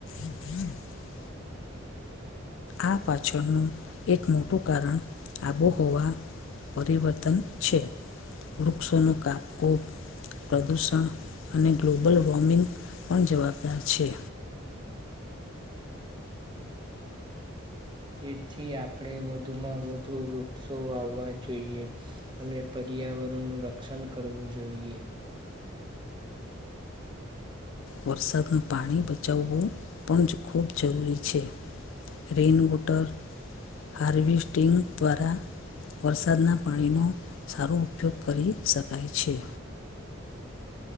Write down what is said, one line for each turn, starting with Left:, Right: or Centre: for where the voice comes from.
Left: હમ આ પાછળનું એક મોટું કારણ આબોહવા પરિવર્તન છે વૃક્ષોનું કાપવુ પ્રદૂષણ અને ગ્લોબલ વોર્મિંગ પણ જવાબદાર છે
Right: તેથી આપણે વધુમાં વધુ વૃક્ષો વાવવા જોઈએ અને પર્યાવરણ નું રક્ષણ કરવું જોઈએ
Left: વરસાદનું પાણી બચાવવું પણ જ ખૂબ જરૂરી છે રેઇન વોટર હારવેિસ્ટિંગ દ્વારા વરસાદના પાણીનો સારો ઉપયોગ કરી શકાય છે